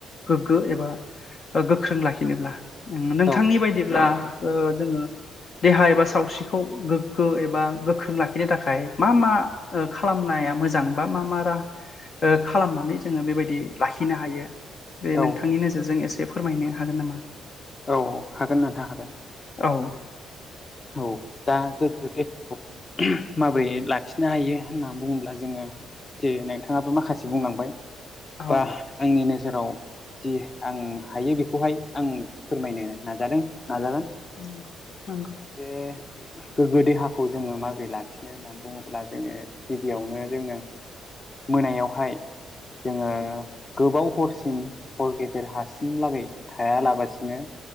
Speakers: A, on the left; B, on the left.
A: गोग्गो एबा गोख्रों लाखिनोब्ला नोंथांनि
B: औ
A: बायदिब्ला ओ जोङो देहा एबा सावस्रिखौ गोग्गो एबा गोख्रों लाखिनो थाखाय मा मा ओ खालामनाया मोजां बा मा मा‌ राहा ओ खालामनानै जोङो बेबादि लाखिनो हायो बे
B: औ औ
A: नोंथांनि नोजोरजों एसे फोरमायनो हागोन नामा
B: औ हागोन नोंथां हागोन
A: औ
B: औ दा गोग्गो देहाखौ माबोरै लाखिनो हायो होननानै बुङोब्ला जोङो जे नोंथाङाबो माखासे बुंलांबाय
A: औ
B: बा आंनि नोजोराव जि आं हायो बेखौहाय आं फोरमायनो नाजादों नाजागोन
A: <unintelligible>
B: जे गोग्गो देहाखौ जोङो माबोरै लाखिनो होननानै बुङोब्ला जोङो गिबियावनो जोङो मोनायावहाय जोङो गोबाव हरसिम हर गेजेर हासिमलागै थायालाबासिनो